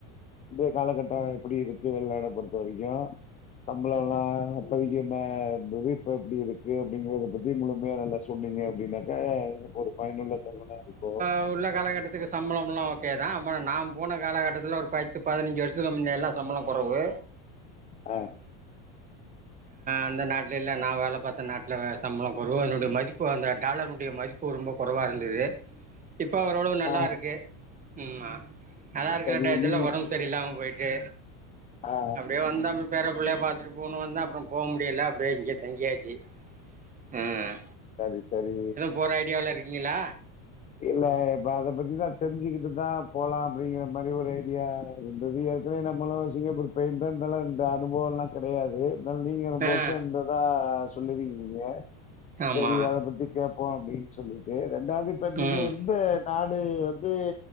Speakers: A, on the left; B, on the right.
A: இன்றைய காலகட்டம் எப்டி இருக்கு வெள்னாட பொறுத்த வரைக்கு சம்பளலல்லா அப்பதிக்கி நா புவி இப்ப எப்டி இருக்கு அப்படிங்கறத பத்தி முழுமையா நல்லா சொன்னீங்க அப்டின்னாக் ஆ ஒரு பயனுள்ள தகவலா இருக்கு
B: இப்ப உள்ள காலகட்டத்துக்கு சம்பளமெல்லா ஓகே தா நா போன காலகட்டத்துல ஒரு பயிற் இப்ப பதினஞ்சு வருஷத்துக்கு முன்னலா சம்பளோ கொறவு
A: ஆ
B: அந்த நாட்லலா நா வேல பாத்த நாட்ல சம்பளம் கொறவு என்னுடைய மதிப்பு அந்த டாலர் இங்க மதிப்பு ரொம்ப கொறவா இருந்தது இப்ப ஓரளவு நல்லா
A: ஆ
B: ருக்கு ம் மா நல்லா ருக்குற
A: சரி
B: டயத்துல
A: நீங்க
B: ஒடம்பு சரியில்லாம போய்ட்டு
A: ஆ
B: அப்டியே வந்தா பேர புள்ளைய பாத்துட்டு போணு வந்த அப்றம் போ முடியல அப்டியே இங்கயெ தங்கியாச்சு ம்
A: சரி சரி
B: போற ஐடியால இருக்கிங்களா
A: இல்ல இப்ப அத பத்திதா தெரிஞ்சிக்கிட்டு தா போலா அப்படிங்கற மாரி ஒரு ஐடியா இருந்தது ஏற்கனவே நம்மளு சிங்கப்பூர் போய்ர்ந்தா லா இந்த அனுபவல்லா கெடையாது இந்தாலு நீங்க ரொம்ப
B: ஆ
A: வருஷோ இருந்ததா சொல்லுவீங்னீங்க
B: ஆமாம்
A: செரி அத பத்தி கேப்போ அப்டின் சொல்லிட்டு ரெண்டாவது இப்ப நீங்க
B: ம்
A: எந்த நாடு வந்து